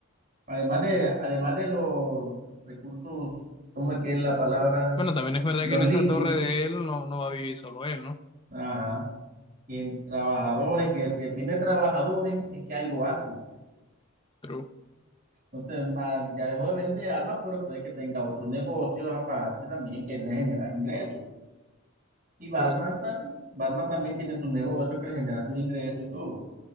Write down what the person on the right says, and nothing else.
Además de, además de los recursos, ¿cómo es que es la palabra?
Los
líquidos.
ajá Y en trabajadores, que si tiene trabajadores, es que algo hace.
Entonces, ma- ya dejó de vender armas, pero puede que tenga otros negocios aparte también que le genera ingresos. Y Batman,
tam- Batman también tiene su negocio que le genera sus ingresos y todo.